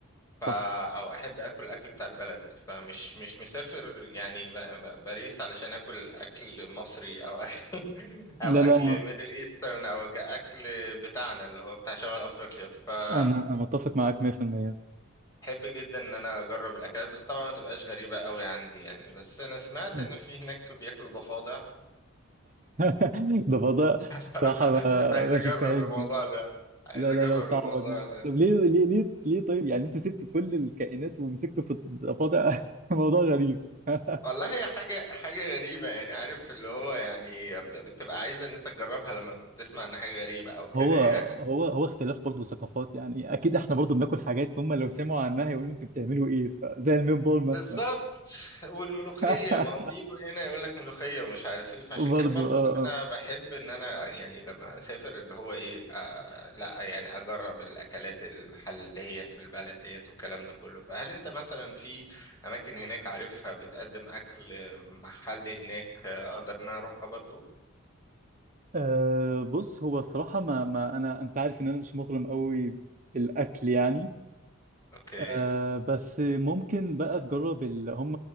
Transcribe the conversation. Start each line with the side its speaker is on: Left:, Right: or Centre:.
Left: فا
Right: صح
Left: أو أحب أكل الأكل بتاع البلد فمش مش مسافر يعني ب- ب- باريس علشان أكل أكل مصري أو أكل <laughs> أو
Right: لا
Left: أكل
Right: لا انا
Left: ميدل إيسترن أو ج- أكل بتاعنا اللي هو بتاع شمال أفريقيا فأحب
Right: انا أنا متفق معاك 100%
Left: جدا إن أنا أجرب الأكلات بس طبعا ما تبقاش غريبة أوي عندي يعني بس أنا سمعت
Right: مم.
Left: إن في هناك بياكلوا ضفادع
Right: <laughs> ده فضاء
Left: بصراحة
Right: صراحه ما,
Left: عايز
Right: ما
Left: أجرب
Right: شفتهاش
Left: الموضوع
Right: دي
Left: ده عايز
Right: لا
Left: أجرب
Right: لا لا صعبه
Left: الموضوع
Right: دي
Left: ده
Right: طب ليه ليه ليه ليه طيب يعني انتوا سبتوا كل الكائنات ومسكتوا في الضفادع <laughs> موضوع غريب <laughs>
Left: والله هي حاجة حاجة غريبة يعني عارف اللي هو يعني بتبقى عايز إن أنت تجربها لما تسمع إن حاجة غريبة أو كده
Right: هو
Left: يعني
Right: هو هو اختلاف برضه ثقافات يعني اكيد احنا برضه بناكل حاجات هم لو سمعوا عنها يقولوا انتوا بتعملوا ايه ف- زي الميت بول مثلا
Left: بالظبط والملوخية
Right: <laughs>
Left: ما هم بيجوا هنا يقول لك ملوخية ومش عارف ايه فعشان
Right: برضه
Left: كده برضو
Right: آه,
Left: انا
Right: اه
Left: بحب ان انا يعني لما اسافر اللي هو ايه آه لا يعني اجرب الاكلات المحلية في البلد ديت والكلام ده كله فهل انت مثلا في اماكن هناك عارفها بتقدم اكل محلي هناك آه، اقدر ان انا اروحها برضو
Right: آه، بص هو الصراحه ما, ما انا انت عارف ان انا مش مغرم قوي بالاكل يعني
Left: اوكي
Right: آه بس ممكن بقى تجرب ال... هم